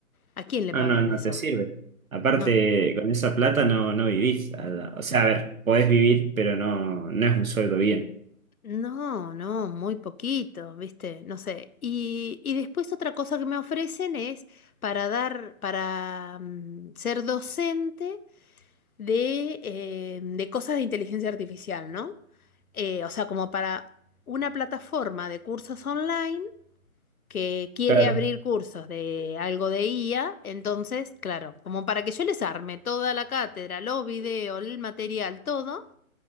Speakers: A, on the left; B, on the right.
A: ¿a quién le
B: No,
A: pagan
B: no, no
A: eso?
B: te sirve. Aparte,
A: No,
B: con esa plata no, no vivís. a la- O sea, a ver, podés vivir, pero no, no es un sueldo bien.
A: no, no, muy poquito, ¿viste? No sé. Y, y después otra cosa que me ofrecen es para dar, para mm, ser docente de, eh, de cosas de inteligencia artificial, ¿no? eh, o sea, como para una plataforma de cursos online que quiere
B: Claro.
A: abrir cursos de algo de IA, entonces, claro, como para que yo les arme toda la cátedra, los videos, el material, todo,